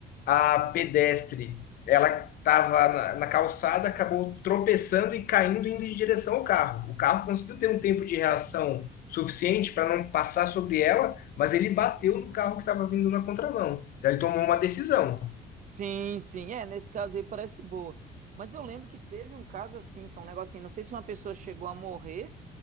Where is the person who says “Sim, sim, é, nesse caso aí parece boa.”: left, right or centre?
Right